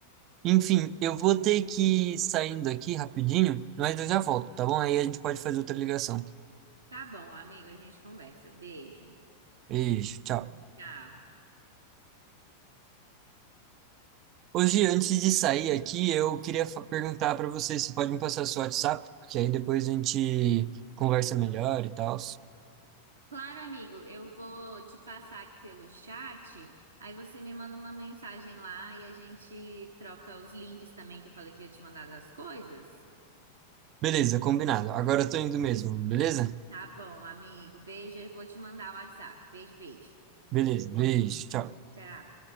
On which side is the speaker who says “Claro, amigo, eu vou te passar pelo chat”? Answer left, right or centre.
Right